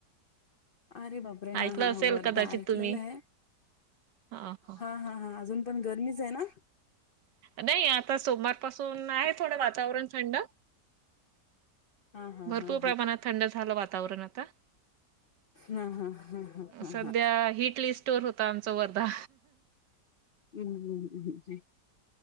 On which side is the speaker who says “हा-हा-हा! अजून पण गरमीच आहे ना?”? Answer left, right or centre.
Left